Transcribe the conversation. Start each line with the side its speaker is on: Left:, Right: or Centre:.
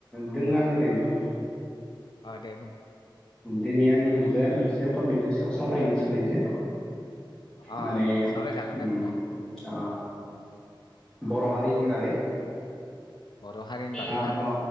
Centre: दों आं ओरैनो दों
Left: ओ दे बुं।
Centre: दिनै आं नोंजों मोनसे टपिकनि सायाव सावरायनो सानै जो।
Left: अ
Centre: माने उम
Left: सावरायजागोन दे फंबाय
Centre: आ बर' हारिनि बागै।
Left: बर' हारिनि बागै
Centre: ओ
Left: ना
Centre: अ